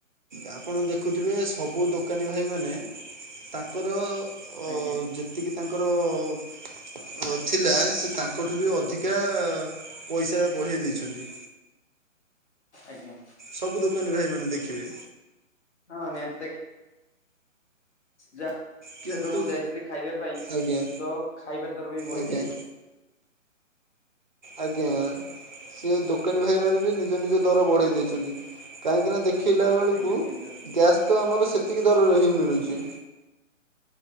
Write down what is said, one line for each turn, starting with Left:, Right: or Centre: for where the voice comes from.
Right: ଆପଣ ଦେଖୁଥିବେ ସବୁ ଦୋକାନୀ ଭାଇମାନେ ତାଙ୍କର ଅ
Left: ଆଜ୍ଞା
Right: ଯେତିକି ତାଙ୍କର ଅ ଥିଲା ସେ ତାଙ୍କଠୁ ବି ଅଧିକା ପଇସା ବଢେଇ ଦେଇଛନ୍ତି।
Left: ଆଜ୍ଞା।
Right: ସବୁ ଦୋକାନୀ ଭାଇ ମାନେ ଦେଖିବେ।
Left: ହଁ ନିହାତି ଦେ ଯାଃ
Right: କିନ୍ତୁ
Left: ଏବେ ମୁଁ ଯାଇଥିଲି ଖାଇବା ପାଇଁ
Right: ଆଜ୍ଞା
Left: ତ ଖାଇବା ଦର ବି ବଢି
Right: ଆଜ୍ଞା
Left: ଯାଇଛି।
Right: ଆଜ୍ଞା କିଏ ଦୋକାନୀ ଭାଇମାନେ ବି ନିଜ ନିଜ ଦର ବଢ଼େଇ ଦେଇଛନ୍ତି କାହିଁକିନା ଦେ ଖିଲା ବେଳକୁ
Left: ଆଜ୍ଞା ନିହାତି ଭାବେ
Right: ଗ୍ୟାସ୍ ତ ଆମର ସେତିକି ଦରରେ ହିଁ ମିଳୁଛି।